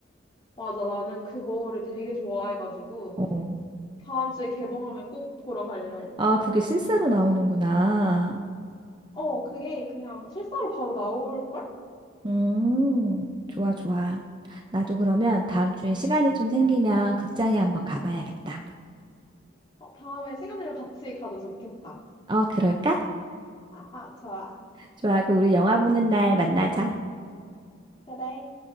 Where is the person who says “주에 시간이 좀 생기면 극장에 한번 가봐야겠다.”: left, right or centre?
Right